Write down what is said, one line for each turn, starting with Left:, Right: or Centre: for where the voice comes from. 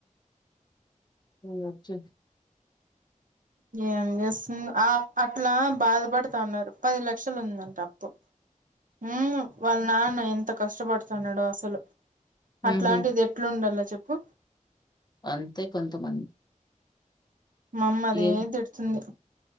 Left: ఓకే
Right: ఏం చేస్తు అట్లా బాధపడుతాన్నారు పది లక్షలు ఉందంటడి అప్పు ఉ వాళ్ళు నాన్న ఎంత కష్టపడుతున్నాడు అసలు
Left: ఉహు
Right: అట్లాంటిది ఎట్లుండాలి చెప్పు
Left: అంతే కొంతమంది
Right: మామ్మ అదే
Left: ఏం
Right: తిడుతుంది